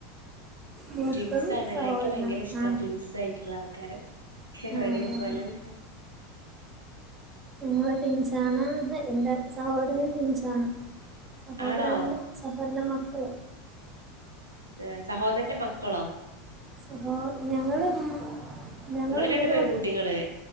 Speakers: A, on the right; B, on the right.
A: മൂത്തത്
B: ട്വിൻസ് ആണല്ലേ
A: സഹോദരനാണ്
B: ഇൻക്കി ഭയങ്കര ഇഷ്ടാ
A: ആഹ്
B: ട്വിൻസ് ആയിട്ടുള്ള ആൾക്കാരെ
A: ആഹ്
B: ഒരേ
A: അതെ
B: പോലെ ല്ലേ
A: ഞങ്ങൾ ട്വിൻസാണ് എന്റെ സഹോദരൻ ട്വിൻസാണ് സഹോദരന്റെ
B: ആണോ
A: സഹോരന്റെ മക്കൾ
B: ഏ സഹോദരന്റെ മക്കളോ
A: സഹോ ഞങ്ങള് ഞങ്ങള്
B: നിങ്ങള് രണ്ട്
A: മൂന്ന്
B: പെൺകുട്ടികള്
A: മക്ക